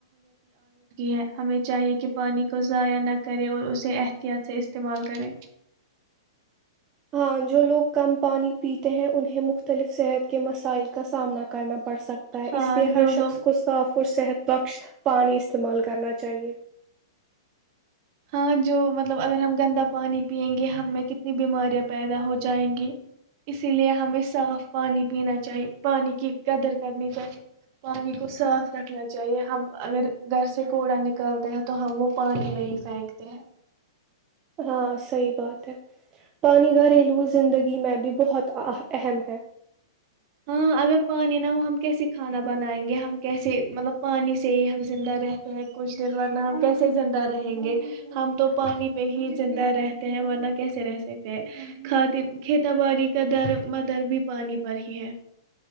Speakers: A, on the right; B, on the right.
A: ہیں ہمیں چاہیے کہ پانی کو ضائع نہ کریں اور اسے احتیاط سے استعمال کریں
B: ہاں جو لوگ کم پانی پیتے ہیں انہیں مختلف صحت کے مسائل کا سامنا کرنا پڑ سکتا ہے
A: ہاں
B: اس لیے ہر
A: جو
B: شخص
A: لوگ
B: کو صاف اور صحت بخش پانی استعمال کرنا چاہیئے
A: ہاں جو مطلب اگر ہم گندا پانی پیئیں گے ہمیں کتنی بیماریاں پیدا ہو جائیں گی اسی لیے ہمیں صاف پانی پینا چاہیے پانی کی قدر کرنی چاہیے پانی کو صاف رکھنا چاہیے ہم اگر گھر سے کوڑا نکالتے ہیں تو ہم وہ پانی نہیں سھیکتے ہیں <unintelligible>
B: ہاں صحیح بات ہے پانی گریلو زندگی میں بھی بہت اہم ہے
A: ہاں اگر پانی نہ ہو ہم کیسے کھانا بنائیں گے ہم کیسے مطلب پانی سے ہی ہم زندہ رہتے ہیں کچھ دن ورنہ ہم کیسے زندہ رہیں گے ہم تو پانی پہ ہی زندہ رہتے ہیں ورنہ کیسے رہ سکتے ہیں کھات کھیتا باڑی کا در م در بھی پانی پر ہی ہے